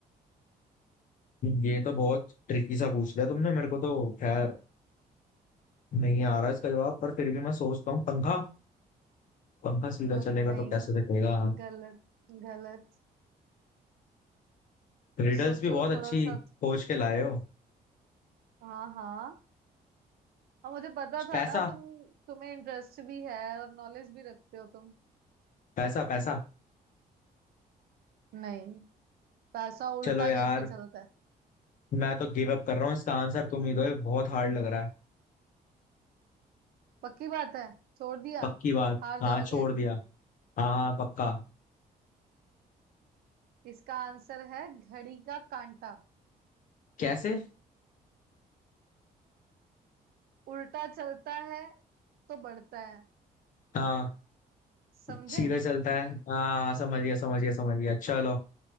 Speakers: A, on the left (about 55°); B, on the right (about 80°).
A: ये तो बहुत ट्रिकी सा पूछ लिया तुमने मेरे को तो खैर नहीं आ रहा इसका जवाब पर फिर भी मैं सोचता हूँ पंखा पंखा सीधा
B: सोच
A: चलेगा
B: नहीं
A: तो कैसे कटेगा
B: गलत गलत
A: रिडल्स
B: कुछ सोचो
A: भी बहुत
B: थोड़ा
A: अच्छी
B: सा
A: खोज
B: तो।
A: के लाए हो
B: हाँ हाँ और मुझे पता था
A: पैसा
B: ना तुम तुम्हें इंटरेस्ट भी है और नॉलेज भी रखते हो तुम
A: पैसा पैसा
B: नहीं पैसा उल्टा
A: चलो यार
B: कैसे चलता है
A: मैं तो गिव अप कर रहा हूँ इसका आंसर तुम ही दो ये बहुत हार्ड लग रहा है
B: पक्की बात है छोड़ दिया
A: पक्की बात
B: हार
A: हाँ
B: जाओगे
A: छोड़ दिया हाँ हाँ पक्का
B: इसका आंसर है घड़ी का कांटा
A: कैसे
B: उल्टा चलता है तो बढ़ता है
A: हाँ
B: समझे
A: सीधे चलता है हाँ समझ गया समझ गया समझ गया चलो